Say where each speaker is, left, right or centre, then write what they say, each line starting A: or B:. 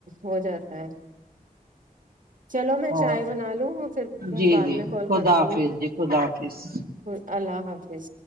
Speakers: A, on the right; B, on the right.
A: ہو جاتا ہے چلو میں
B: اور
A: چائے بنا لوں پھر
B: جی
A: بعد
B: جی
A: میں کال
B: خدا
A: کرتی
B: حافظ
A: ہوں
B: جی خدا حافظ
A: امم اللہ حافظ